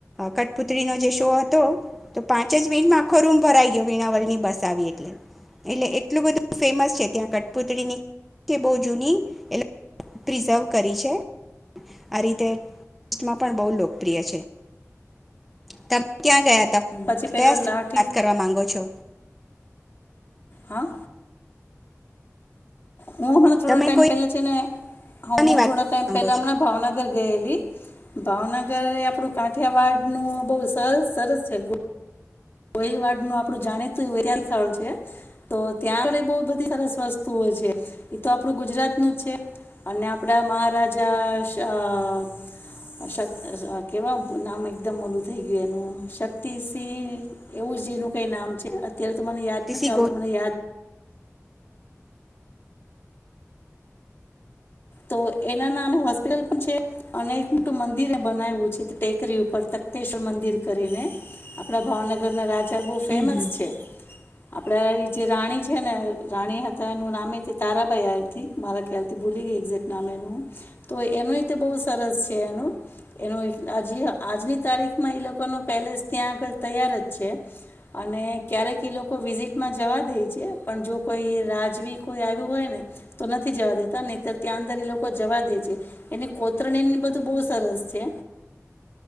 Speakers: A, in the centre; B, on the left.
A: કટપુત્રીનો જે શો હતો, તો પાંચ જ મિનિટમાં આખો રૂમ ભરાઈ ગયો વીણાવલની બસ આવી એટલે એટલે એટલું બધું ફેમસ છે, ત્યાં કઠપુતળીની કે બો જૂની એલ પ્રિઝર્વ કરી છે, આ રીતે સ્ટેટમાં પણ બો લોકપ્રિય છે. તમે ક્યાં ગયા?
B: પછી પેલો
A: કયા સ્થળ
B: લાઠી
A: વાત કરવા માંગો છો
B: હા. હું હમણા થોડા
A: તમે
B: ટાઈમ
A: કોઈ
B: પહેલા છે ને
A: ફરવાની
B: હા હું
A: વાત
B: થોડા
A: કરવા
B: ટાઈમ
A: માંગો
B: પેલા
A: છો
B: હમણાં ભાવનગર ગયેલી ભાવનગર આપડું કાંઠિયાવાડ નું બહ સર સરસ છે. કોહલવાડ ન આપડું જાણીું વ સ્થળ છે તો ત્યાં આગ બહ બધી સરસ વસ્તુઓ છે એતો આપણું ગુજરાત નું છે અને આપડા મહારાજા કેવા નામ એકદમ ઓલું થઈ ગયું એનું શક્તિસિંહ એવું જ એનું કઈ નામ છે. અત્યારે તો મને યાદ
A: તીસી
B: નથી આવતું
A: ગો
B: મને યાદ તો એના નામે હોસ્પિટલ પણ છે અને એક મોટું મંદિર એ બનાવું છે ટેકરી ઉપર તખતેશ્વર મંદિર કરીને આપડા ભાવનગર ના રાજ બો ફેમસ
A: હમ હમ
B: છે. આપડે એ જે રાણી છે ને રાણી હતા, એનું નામ તારાભાઈ આવીથી મારા ખ્યાલ થી ભૂલી ગઈ એેક તો એનુંી બહુ સરસ છે એનું એનું હ આજની તારીખમાં એ લોકો ન પેલેસ ત્યાં આગળ તૈયાર જ છે, અને ક્યારેક એ લોકો વિઝિટમાં જવા દે છે પણ જો કોઈ રાજવી કોઈ આવ્યું હોય ને તો નથી જવા દેતા નેત ત્યાં અંદર એ લોકો જવા દે છે એની કોતરણી બધું બહુ સરસ છે.